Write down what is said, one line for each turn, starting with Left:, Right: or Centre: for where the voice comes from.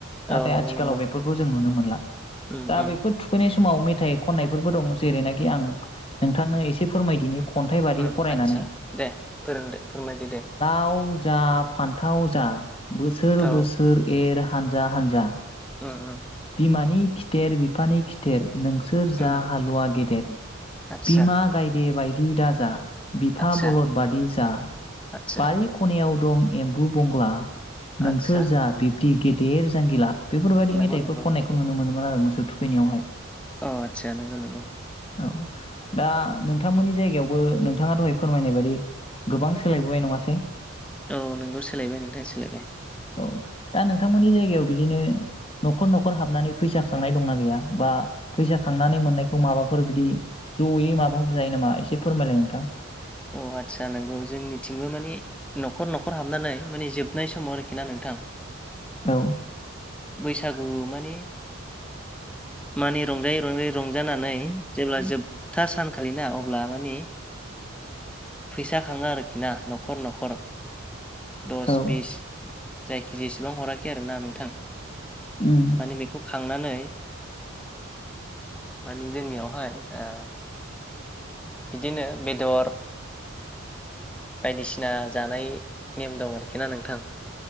Left: नाथाय
Centre: औ नंगौ
Left: आथिखालाव
Centre: नंगौ
Left: बेफोरखौ जों नुनो मोनला
Centre: उम
Left: दा
Centre: उम
Left: बेफोर थुखैनाय सम समाव मेथाइ खननायफोरबो दं जेरैनाखि आं नोंथांनो एसे फोरमायदिनि खन्थाइ बादि
Centre: ओम
Left: फरायनानै
Centre: आदसा दे फोरोंदो फोरमायदि दे
Left: थाव जा फान्थाव जा बोसोर
Centre: औ
Left: बोसोर एर हानजा हानजा
Centre: ओम ओम।
Left: बिमानि खिथेर बिफानि खिथेर नोंसोर जा
Centre: उम
Left: हालुवा गेदेर
Centre: आतसा
Left: बिमा गायदे बायदि दाजा बिफा
Centre: आतसा
Left: बलद बादि जा।
Centre: आतसा
Left: बारि खनायाव दं एम्बु बंला नोंसोर
Centre: आतसा
Left: जा बि बिदि गेदेर जांगिला। बेफोरबायदि
Centre: नंगौ
Left: मेथाइफोर
Centre: नंगौ
Left: खननायखौ नुनो मोनो माहोनो मोसौ थुखैनायावहाय।
Centre: अ आतसा नंगौ नंगौ।
Left: औ दा नोंथांमोननि जायगायावबो नोंथाङा दहाय फोरमायनाय बादि गोबां सोलायबोबाय नङा से <unintelligible>
Centre: औ नोंगौ सोलायबाय नोंथां सोलायबाय।
Left: औ दा नोंथांमोननि जायगायाव बिदिनो न'खर न'खर हाबनानै फैसा खांनाय दंना गैया बा फैसा खांनानै मोननायखौ माबाफोर बिदि जयै माबाफोर जायो नामा एसे फोरमायलाय नोंथां।
Centre: अ आदसा नंगौ जोंनिथिंबो माने न'खर न'खर हाबनानै माने जोबनाय समाव ना नोंथां।
Left: औ।
Centre: बैसागु माने माने रंजायै रंजायै रंजानानै जेब्ला जोबथा सानखालिना अब्ला माने फैसा खाङो आरोखि ना न'खर न'खर दस
Left: औ
Centre: बिस जायखि जेसेबां हराखै आरो ना नोंथां।
Left: उम
Centre: माने बेखौ खांनानै <unintelligible> माने जोंनियावहाय ओ बिदिनो बेदर बायदिसिना जानाय नेम दं आरोखि ना नोंथां।